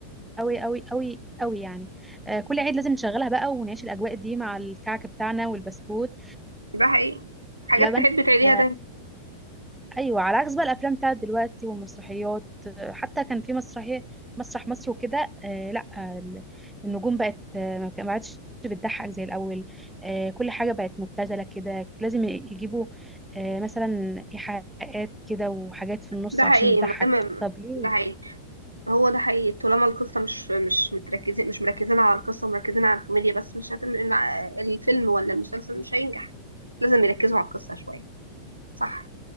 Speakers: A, in the centre; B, on the right.
A: أوي أوي أوي أوي يعني آه، كل عيد لازم نشغلها بقى ونعيش الأجواء دي مع الكعك بتاعنا والبسكوت
B: ده حقيقي حاجات
A: واللبن
B: تحب تعيديها
A: ف...
B: تاني
A: أيوة على عكس بقى الأفلام بتاعت دلوقتي والمسرحيات آه، حتى كان في مسرحية مسرح مصر وكده آه، لا آه، ال- النجوم بقت آه، ما كان- ما عادش بتضحك زي الأول آه، كل حاجة بقت مبتذلة كده لازم ي- يجيبوا آه، مثلا إيحاءات كده وحاجات في النص
B: ده حقيقي
A: عشان تضحك
B: ما دام
A: طب ليه
B: ده حقيقي هو ده حقيقي طالما القصة مش مش متركزين مش مركزين على القصة مركزين على الكوميديا بس مش هتم الفيلم ولا المسلسل مش هينجح لازم يركزوا على القصة شوية صح